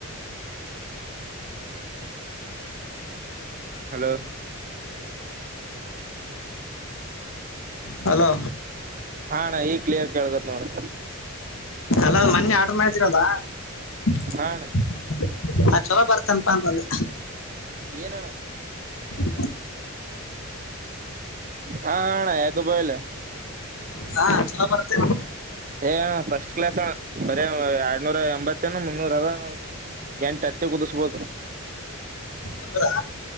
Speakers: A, on the right; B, on the left.
A: ಹಲೋ
B: ಹಲೋ
A: ಹಾಣ್ಣ ಈಗ್ ಕ್ಲಿಯರ್ ಕೇಳ್ತದ ನೋಡ್.
B: ಆಲ್ ಅಲ್ಲ ಮನ್ನೆ ಆರ್ಡರ್ ಮಾಡ್. ತಿರಲ್ಲ <unintelligible>
A: ಹಾ ಅಣ್ಣ
B: ಚಲೋ ಬರ್ತೇನ್ಪ ಅಂತ್ ಅಂದೇ.
A: ಏನ್ ಅಣ್ಣ.
B: <unintelligible>
A: ಹಾ ಅಣ್ಣ ಯಾಕ ಬೋಯಲ್
B: ಹಾ ಚಲೋ ಬರ್ತೇನ್.
A: ಏ ಅಣ್ಣ ಫಸ್ಟ್ ಕ್ಲಾಸ್ ಅಣ್ಣ ಬರೆ ಎರಡ್ನೂರ ಎಂಬತ್ಏನ್ ಮುನ್ನೂರ್ ಅದ ಅಣ್ಣ ಅದಕೆ ಎಂಟ್ ಅತ್ತಿ ಕುದುಸ್ಬೋದು.
B: ಹೌದಾ